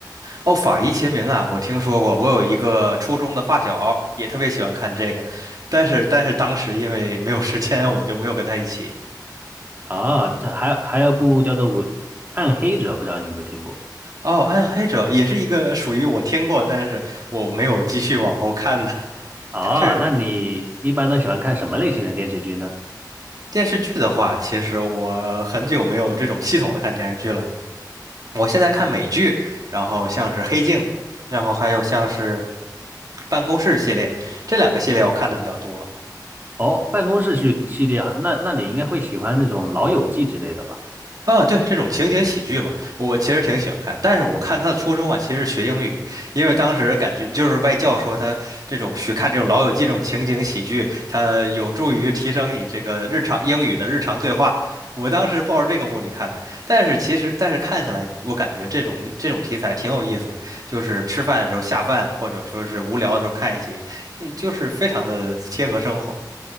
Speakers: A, on the right; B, on the right.
A: 哦，《法医秦明》啊，我听说过。我有一个初中的发小也特别喜欢看这个，但是但是当时因为没有时间，我就没有跟他一起。
B: 啊，它还还有部叫做《我暗黑者》，不知道你有没有听过？
A: 哦，《暗黑者》也是一个属于我听过，但是我没有继续往后看的。<laughs>
B: 哦，
A: 但是
B: 那你一般都喜欢看什么类型的电视剧呢？
A: 电视剧的话，其实我很久没有这种系统的看电视剧了。我现在看美剧，然后像是《黑镜》，然后还有像是《办公室》系列，这两个系列我看的比较多。
B: 哦，办公室剧系列，那那你应该会喜欢那种《老友记》之类的吧？
A: 啊，对，这种情景喜剧嘛，我其实挺喜欢看。但是我看他的初衷啊，其实是学英语，因为当时感觉就是外教说他这种学看这种《老友记》这种情景喜剧，它有助于提升你这个日常英语的日常对话。我当时抱着这个目的看的，但是其实但是看起来，我感觉这种这种题材挺有意思的，就是吃饭的时候下饭，或者说是无聊的时候看一集，嗯，就是非常的贴合生活。